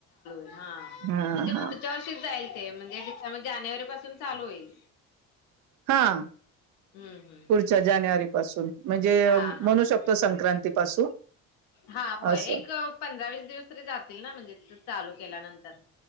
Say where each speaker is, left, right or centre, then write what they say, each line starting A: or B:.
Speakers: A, on the left (about 65°); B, on the right (about 50°).
A: हां
B: हा
A: म्हणजे
B: हा
A: पुढच्या वर्षी जाईल ते, म्हणजे त्याच्यामध्ये जानेवारी पण <unintelligible> चालू होईल.
B: हा
A: हम्म हम्म
B: पुढच्या जानेवारीपासून म्हणजे
A: हा
B: म्हणू
A: हा हा
B: शकतो संक्रांतीपासून
A: हा होय
B: असं
A: एक पंधरा वीस दिवस तरी जातील ना म्हणजे चालू केल्यानंतर